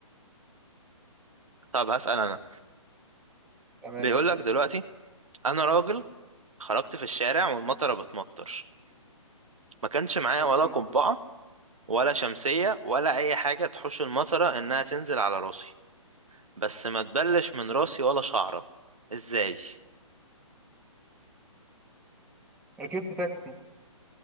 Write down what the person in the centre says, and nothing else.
تمام
اسأل
أوكي
ركبت تاكسي